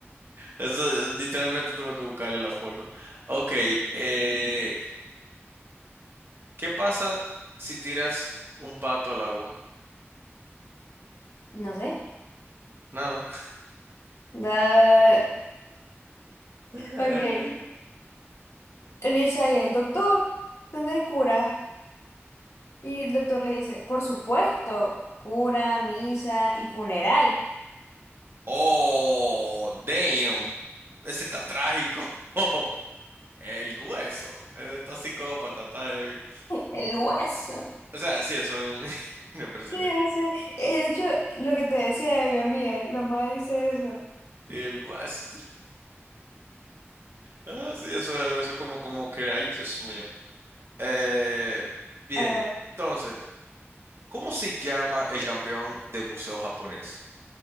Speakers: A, on the right; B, on the left.
A: Eso eh, literalmente tuve que buscarle la forma. Ok, eh, ¿qué pasa si tiras un pato al agua?
B: No sé.
A: Nada.
B: Da...
A: <laughs>
B: Ok. Le dice alguien, doctor, ¿tendré cura? Y el doctor le dice, por supuesto, cura, misa y funeral.
A: Oh, damn. Ese está trágico. <laughs> El hueso. Ese está psicópata, está heavy.
B: <laughs> El hueso.
A: O sea, sí, eso es un- <laughs> una presión
B: Sí,
A: de aquí.
B: o sea, eh, de hecho, lo que te decía de mi amiga, la madre dice eso.
A: El guas. Ah, sí, eso es, eso es como, como que, ay, Dios mío. Eh, bien,
B: A ver,
A: entonces, ¿cómo se llama el campeón de buceo japonés?